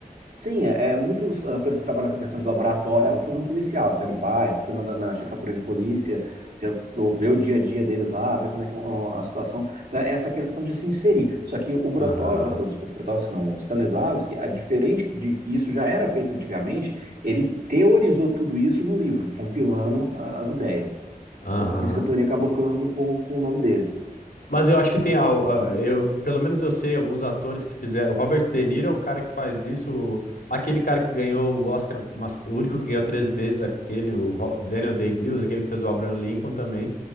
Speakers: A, on the right; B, on the left.
A: sim, é, é, muitos atores trabalham com a questão de laboratório. Ah, vou fazer um policial. Então ele vai, fica na, na chefatura de polícia, já, vê o dia a dia deles lá, vê como é que ó, a situação. Então, é essa questão de se inserir. Só que o Grotov,
B: Aham,
A: não, desculpa, Grotov, não, o Stanislavski, a diferente de que isso já era feito antigamente, ele teorizou tudo isso no livro, compilando a, as ideias.
B: aham.
A: Então, por isso que a teoria acabou ficando com, com o nome dele.
B: Mas eu acho que tem al- ah, eu, pelo menos eu sei alguns atores que fizeram. O Robert De Niro é um cara que faz isso. Aquele cara que ganhou o Oscar, mas- o único que ganhou três vezes, aquele, o Ro- Daniel Day-Lewis, aquele que fez o Abraham Lincoln também.